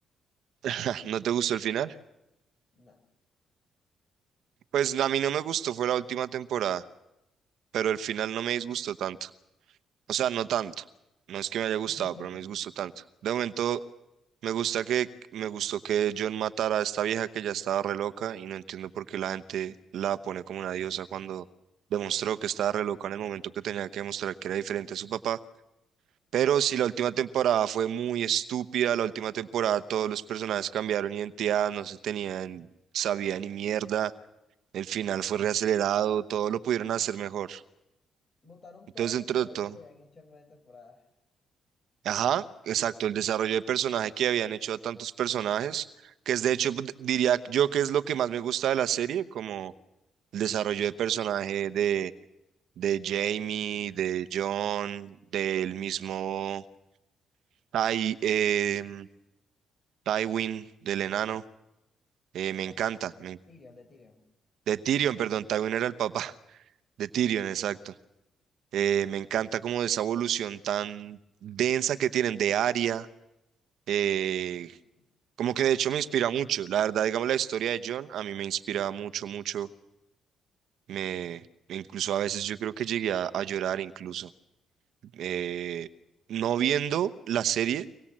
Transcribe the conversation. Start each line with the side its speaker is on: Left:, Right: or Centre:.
Right: <laughs> ¿No te gustó el final?
Left: No.
Right: Pues a mí no me gustó, fue la última temporada, pero el final no me disgustó tanto. O sea, no tanto. No es que me haya gustado,
Left: <laughs>
Right: pero me disgustó tanto. De momento... Me gusta que, me gustó que John matara a esta vieja que ya estaba re loca y no entiendo por qué la gente la pone como una diosa cuando demostró que estaba re loca en el momento que tenía que demostrar que era diferente a su papá. Pero
Left: Sí.
Right: si la última temporada fue muy estúpida, la última temporada todos los personajes cambiaron identidad, no se tenían, sabía ni mierda, el final fue reacelerado, todo lo pudieron hacer mejor.
Left: Botaron
Right: Entonces,
Left: todo el desarrollo
Right: entre todo,
Left: que habían hecho en nueve temporadas.
Right: Ajá, exacto, el desarrollo de personaje que habían hecho a tantos personajes, que es de hecho, d- diría yo que es lo que más me gusta de la serie, como el desarrollo de personaje de, de Jamie, de John, del mismo Ty, em, Tywin, del enano, eh, me
Left: Ajá,
Right: encanta,
Left: de
Right: me-
Left: Tyrion, de Tyrion.
Right: de Tyrion, perdón, Tywin era el papá, <laughs> de Tyrion,
Left: Sí.
Right: exacto. Eh, me encanta como esa evolución tan densa que tienen de Arya, eh,
Left: Uh,
Right: Como que de hecho me inspira mucho. La verdad, digamos, la historia de John a mí me inspira mucho, mucho. Me, me incluso a veces yo creo que llegué a, a llorar incluso. Eh, no viendo la serie,